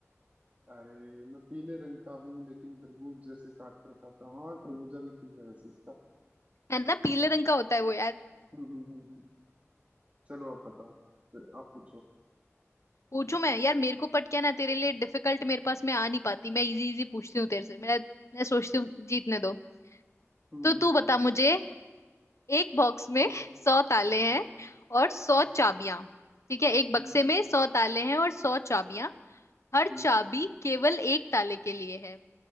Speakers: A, on the right; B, on the left.
A: अरे मैं पीले रंग का हूँ लेकिन तरबूज जैसे काट कर खाता हूँ हाँ खरबूजा भी ठीक है वैसे इसका
B: है ना पीले रंग का होता है वो यार
A: हम्म हम्म हम्म हम्म। चलो आप बताओ आप पूछो हम्म
B: पूछू मैं यार मेरे को पट क्या ना तेरे लिए डिफिकल्ट मेरे पास मैं आ नहीं पाती मैं इजी इजी पूछती हूँ तेरे से मैं मैं सोचती हूँ जीतने दो
A: हम्म,
B: तो तू बता
A: अच्छा
B: मुझे एक बॉक्स में
A: तो
B: सौ ताले
A: हम्म
B: हैं और सौ
A: हम्म
B: चाबियां ठीक है एक बक्से
A: हम्म
B: में सौ ताले हैं और सौ चाबियां हर
A: हम्म,
B: चाबी केवल एक ताले के लिए है